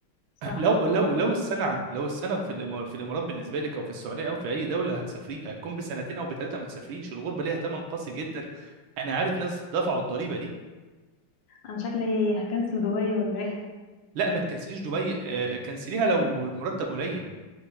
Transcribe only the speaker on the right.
<clears throat> لو لو لو السنه عند لو السنه في الإمار- في الامارات بالنسبه لك او في السعوديه او في اي دوله هتسافريها هتكون بسنتين او بثلاثه ما تسافريش الغربه ليها ثمن قاسي جدا انا عارف ناس دفعوا الضريبه دي
لا ما تكنسليش دبي آه، آه، كنسليها لو المرتب قليل